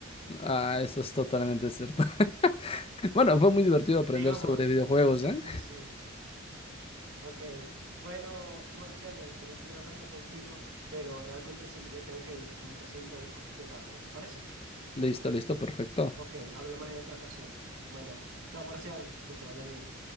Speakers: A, on the left; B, on the right.
A: ah, eso es totalmente cierto. <laughs> Bueno, fue muy divertido
B: <laughs>
A: aprender
B: digamos.
A: sobre videojuegos, ¿eh?
B: Sí, sí, ok. Bueno, Marcial, me gustaría seguir hablando contigo, pero realmente se me, tengo que ir, se me está haciendo un poquito tarde, ¿te parece?
A: Listo, listo, perfecto.
B: Ok, hablamos en otra ocasión. Bueno, chao Marcial, que te vaya bien.